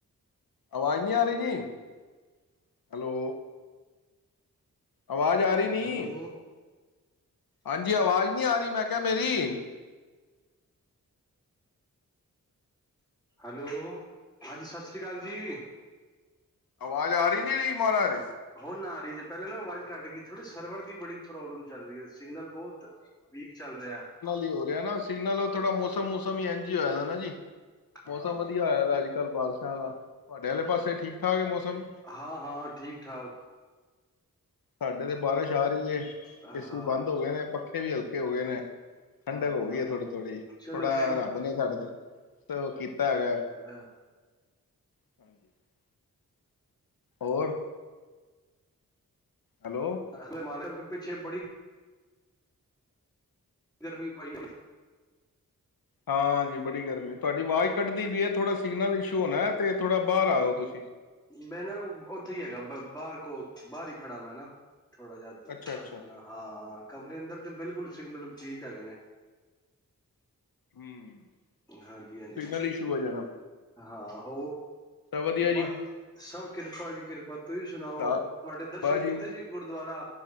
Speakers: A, on the left; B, in the centre.
A: ਆਵਾਜ਼ ਨਹੀਂ ਆ ਰਹੀ ਜੀ। ਹੈਲੋ? ਆਵਾਜ਼ ਆ ਰਹੀ। ਨੀ
B: ਹੈਲੋ।
A: ਹਾਂਜੀ ਆਵਾਜ਼ ਨਹੀਂ ਆ ਰਹੀ ਮੈਂ ਕਿਹਾ ਮੇਰੀ?
B: ਹੈਲੋ ਹਾਂਜੀ ਸਤਿ ਸ਼੍ਰੀ ਅਕਾਲ ਜੀ।
A: ਆਵਾਜ਼ ਆ ਰਹੀ ਨਹੀਂ ਰਹੀ ਮਹਾਰਾਜ।
B: ਹੁਣ ਆਹੀ ਜੇ ਪਹਿਲਾਂ ਨਾ ਆਵਾਜ਼ ਕੱਟ ਗਈ ਥੋੜ੍ਹੀ ਸਰਵਰ ਦੀ ਬੜੀ ਪ੍ਰੋਬਲਮ ਚੱਲ ਰਹੀ ਹੈ ਸਿਗਨਲ ਬਹੁਤ ਵੀਕ ਚੱਲ ਰਿਹਾ।
A: ਇਹ ਹੋ ਰਿਹਾ ਨਾ। ਸਿਗਨਲ ਥੋੜਾ ਮੌਸਮ ਮਸਮ ਹੀ ਇੰਝ ਹੀ ਹੋਇਆ ਨਾ ਜੀ।
B: ਹਾਂ
A: ਮੌਸਮ ਵਧੀਆ ਹੋਇਆ ਵ ਅੱਜ ਕੱਲ੍ਹ ਬਾਰਿਸ਼ਾਂ ਵਾਲਾ ਤੁਹਾਡੇ ਆਲੇ
B: ਹਾਂ
A: ਪਾਸੇ ਠੀਕ ਠਾਕ ਹੈ ਮੌਸਮ।
B: ਹਾਂ ਹਾਂ ਠੀਕ-ਠਾਕ।
A: ਸਾਡੇ ਤੇ ਬਾਰਸ਼ ਆ ਰਈ ਏ,
B: ਹਾਂ
A: ਏ ਸੀ ਬੰਦ ਹੋ ਗਏ ਨੇ, ਪੱਖੇ ਵੀ ਹਲਕੇ ਹੋ ਗਏ ਨੇ। ਠੰਡਕ
B: ਹਾਂ
A: ਹੋ ਗਈ ਏ ਥੋੜ੍ਹੀ-ਥੋੜ੍ਹੀ, ਥੋੜਾ
B: ਚਲੋ ਸ਼ੁਕ
A: ਰੱਬ ਨੇ ਸਾਡੇ ਤੇ ਤ ਕੀਤਾ ਹੈਗਾ।
B: ਹਹ।
A: <inaudible> ਹੋਰ? ਹੈਲੋ
B: ਔਏ ਮਾਲਕ ਪਿੱਛੇ ਬੜੀ। ਗਰਮੀ ਪਾਈ ਇਸ ਚ‌
A: ਹਾਂਜੀ ਬੜੀ ਗਰਮੀ, ਤੁਆਡੀ ਆਵਾਜ਼ ਘੱਟਦੀ ਪਈ ਏ, ਥੋੜ੍ਹਾ ਸਿਗਨਲ ਇਸ਼ੂ ਹੋਣਾ, ਤੇ ਥੋੜ੍ਹਾ ਬਾਹਰ ਆਓ ਤੁਸੀਂ।
B: ਮੈਂ ਨਾ ਉਥੇ ਹੀ ਹੈਗਾ, ਬ ਬਾਹਰ ਕੋਲ, ਬਾਹਰ ਹੀ ਖੜਾ ਮੈ ਨਾ। ਥੋੜਾ ਜਆ ਦ <unintelligible>
A: ਅੱਛਾ ਅੱਛਾ
B: ਆਪਣਾ ਹਾਂ, ਕਮਰੇ ਅੰਦਰ ਤੇ ਬਿਲਕੁਲ ਸਿਗਨਲ ਵੀਕ ਹੈਗੇ ਨੇ।
A: ਹੂੰ
B: ਹਾਂਜੀ ਹਾਂਜੀ
A: ਸਿਗਨਲ ਇਸ਼ੂ ਐ ਜਿਆਦਾ।
B: ਹਾਂ ਹੋ।
A: ਵਧੀਆ ਜੀ
B: ਬ, ਸਭ ਕਿਰਪਾ ਜੀ ਕਿਰਪਾ, ਤੁਸੀਂ ਸੁਣਾਓ?
A: ਦਾਲ
B: ਤੁਹਾਡੇ ਦਰਸ਼ਨ
A: ਬਸ ਜੀ
B: ਕੀਤੇ ਸੀ ਗੁਰਦੁਆਰਾ,